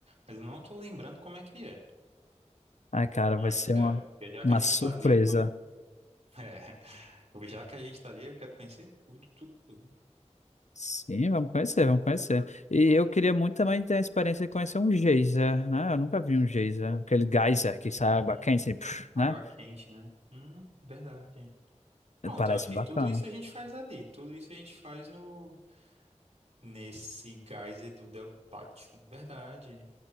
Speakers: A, on the right; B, on the left.
A: mas eu não tô lembrando como é que é.
B: Ai, cara,
A: Mas
B: vai ser
A: quero.
B: uma,
A: Porque já
B: uma
A: que a gente
B: surpresa.
A: tá ali, vamos. <laughs> É, já que a gente tá ali, eu quero conhecer tudo, tudo, tudo.
B: Sim, vamos conhecer, vamos conhecer. E eu queria muito também ter a experiência de conhecer um geyser, né? Eu nunca vi um geyser, aquele geyser que
A: Hum,
B: sai água quente, assim, puf, né?
A: água quente, né? Hum, verdade. Pronto,
B: Parece
A: eu acho que
B: bacana.
A: tudo isso a gente faz ali. Tudo isso a gente faz no nesse geyser do Deltátil. Verdade.